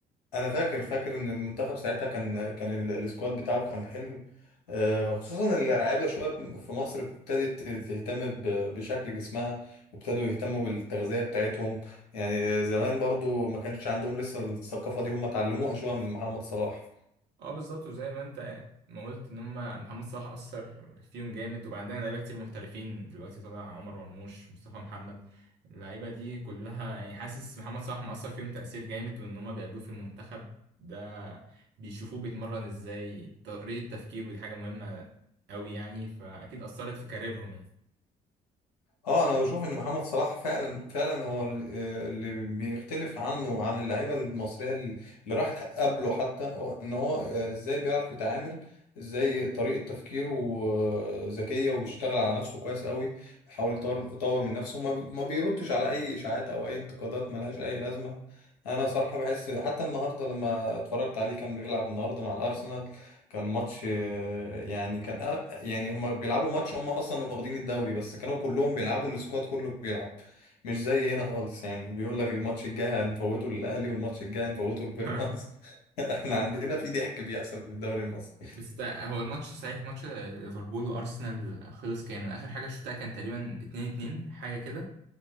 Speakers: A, on the left; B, on the right.
A: انا فاكر فاكر ان المنتخب ساعتها كان كان ال- السكواد بتاعه كان حلو آه، خصوصا اللعيبه شويه في مصر ابتدت تهتم ب- بشكل جسمها وابتدوا يهتموا بالتغذيه بتاعتهم يعني زمان برضو ما كانش عندهم لسه الثقافه دي هم اتعلموها شويه من محمد صلاح
B: اه بالظبط وزي ما انت ما قلت ان هم محمد صلاح اثر فيهم جامد وبعدين لعيبه كتير محترفين دلوقتي طلع عمر مرموش مصطفى محمد اللعيبه دي كلها يعني حاسس محمد صلاح مأثر فيهم تأثير جامد وان هم بيقابلوه في المنتخب ده بيشوفوه بيتمرن ازاي طريقه التفكير ودي حاجه مهمه قوي يعني فاكيد أثرت في كاريرهم يعني
A: اه انا بشوف ان محمد صلاح فعلا فعلا هو ال- آه اللي بيختلف عنه وعن اللعيبه المصريه اللي اللي راحت قبله حتى هو ان هو آه ازاي بيعرف يتعامل ازاي طريقه تفكيره آه، ذكيه وبيشتغل على نفسه كويس قوي بيحاول يطور يطور من نفسه ما بي- ما بيردش على اي اشاعات او اي انتقادات ملهاش اي لازمه انا صراحه بحس حتى النهارده لما اتفرجت عليه كان بيلعب النهارده مع الارسنال كان ماتش آه، يعني كان آه، يعني هما بيلعبوا ماتش هما اصلا واخدين الدوري بس كانوا كلهم بيلعبوا السكواد كله بيلعب مش زي هنا خالص يعني بيقول لك الماتش الجاي هنفوته للاهلي والماتش الجاي هنفوته لبيراميدز
B: <laughs>
A: <laughs> احنا عندنا في ضحك بيحصل في الدوري المصري
B: بس تا- هو الماتش صحيح ماتش ليفربول وارسنال خلص كام انا اخر حاجه شفتها كان تقريبا 2 2 حاجه كده